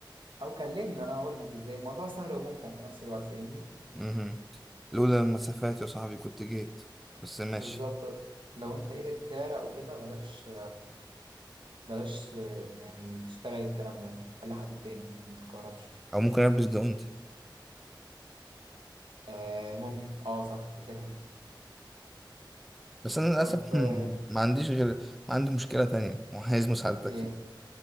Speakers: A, on the right; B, in the centre.
A: أو كلمني وأنا هقول لك إزاي الموضوع سهل وممتع في نفس الوقت فاهمني
B: امم لولا المسافات يا صاحبي كنت جيت بس ماشي
A: بالظبط لو أنت إيدك بتعرق وكده بلاش بلاش يعني تشتغل الكلام ده خلي حد تاني عشان ما تتكهربش
B: أو ممكن ألبس جوانتي
A: آه ممكن اه صح فكرة حلوة
B: بس انا للاسف
A: طب
B: <laughs>
A: آه
B: ما عنديش غير ما عندي مشكله تانية وعايز مساعدتك
A: إيه
B: فيها